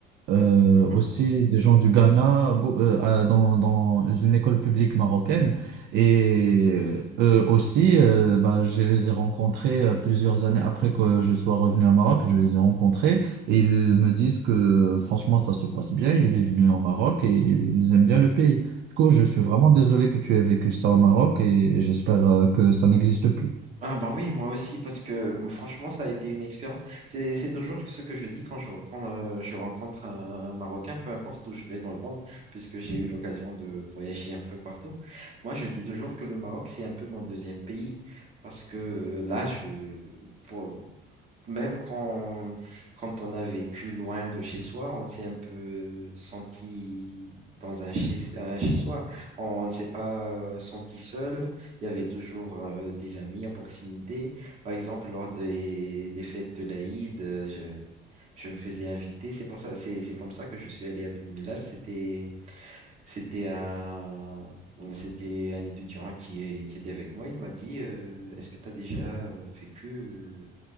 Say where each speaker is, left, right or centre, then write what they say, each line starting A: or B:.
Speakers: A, on the right; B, on the right.
A: euh,
B: Mhm.
A: aussi des gens du Ghana bo- euh, à- dans, dans une école publique marocaine. Et eux aussi, euh, bah, je les ai rencontrés euh, plusieurs années après que je sois revenu à Maroc, je les ai rencontrés et ils me disent que franchement, ça se passe bien, ils vivent bien au Maroc et ils aiment bien le pays. Du coup, je suis vraiment désolé que tu aies vécu ça au Maroc et j'espère euh, que ça n'existe plus.
B: Ah ben oui, moi aussi, parce que bon, franchement, ça a été une expérience. C'est, c'est toujours ce que je dis quand je, quand, euh, je rencontre un Marocain, peu importe où je vais dans le monde, puisque j'ai eu l'occasion de voyager un peu partout. Moi, je dis toujours que le Maroc, c'est un peu mon deuxième pays, parce que euh, là, je, pour- même quand, quand on a vécu loin de chez soi, on s'est un peu senti dans un chez, un chez soi. On, on ne s'est pas euh, senti seul. Il y avait toujours euh, des amis à proximité. Par exemple, lors des, des fêtes de l'Aïd, euh, je, je me faisais inviter. C'est pour ça, c'est, c'est comme ça que je suis allé à Ben Mellal. C'était, c'était un, c'était un étudiant qui, est- qui était avec moi. Il m'a dit, euh, est-ce que tu as déjà euh, vécu? euh,